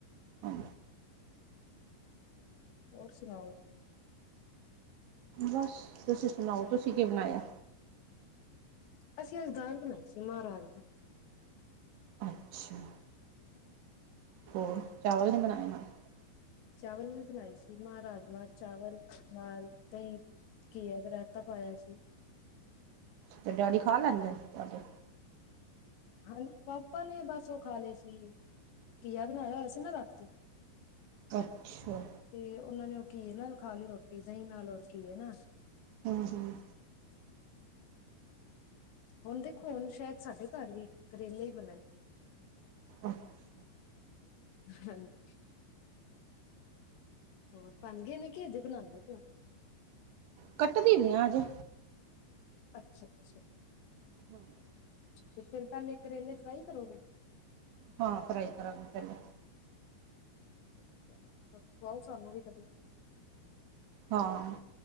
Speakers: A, on the right; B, on the left.
A: ਹਾਂ।
B: ਹੋਰ ਸੁਣਾਓ ਜੀ?
A: ਬਸ ਤੁਸੀਂ ਸੁਣਾਓ ਤੁਸੀਂ ਕੀ ਬਣਾਇਆ?
B: ਅਸੀਂ ਅੱਜ ਦਾਲ ਬਣਾਈ ਸੀ ਮਾਂ ਰਾਜਮਾਂ।
A: ਅੱਛਾ! ਹੋਰ ਚਾਵਲ ਨਹੀਂ ਬਣਾਏ ਨਾਲ
B: ਚਾਵਲ ਵੀ ਬਣਾਏ ਸੀ ਮਾਂ ਰਾਜਮਾਂ, ਚਾਵਲ ਨਾਲ ਦਈ ਘੀਆ ਦਾ ਰੈਂਤਾ ਪਾਇਆ ਸੀ।
A: 'ਤੇ ਡੈਡੀ ਖਾਂ ਲੈਂਦੇ ਨੇ ਤੁਹਾਡੇ?
B: ਹਾਂ ਪਾਪਾ ਨੇ ਬਸ ਓ ਖਾਂ ਲੈ ਸੀ ਘੀਆ ਬਣਾਇਆ ਹੋਇਆ ਸੀ ਨਾ ਰਾਤੀ।
A: ਅੱਛਾ!
B: 'ਤੇ ਉਨਾਂ ਨੇ ਓ ਘੀਏ ਨਾਲ ਖਾਲੀ ਰੋਟੀ, ਦਈ ਨਾਲ ਔਰ ਘੀਏ ਨਾ।
A: ਹੂੰ-ਹੂੰ।
B: ਹੁਣ ਦੇਖੋ ਹੁਣ ਸੈਦ ਸਾਡੇ ਘਰ ਵੀ ਕਰੇਲੇ ਈ ਬਣਨ।
A: ਅੱਛਾ
B: ਹਾਂ ਜੀ। ਹੋਰ ਬਣ ਗੇ ਨੇ ਕੇ ਹਜੇ ਬਣਾਂਦੇ ਪੇ ਓ?
A: ਕੱਟ ਦਿੰਨੀ ਆ ਅਜੇ।
B: ਅੱਛਾ-ਅੱਛਾ।
A: ਹਾਂਜੀ।
B: 'ਤੇ ਫੇਰ ਪਹਿਲੇ ਕਰੇਲੇ ਫਰਾਈ ਕਰੋਗੇ?
A: ਹਾਂ ਫਰਾਈ ਕਰਾਂਗੇ ਪਹਿਲੇ।
B: ਅੱਛਾ ਫੇ ਖੁਆਣਾ ਸਾਨੂੰ ਵੀ ਕਦੀ।
A: ਹਾਂ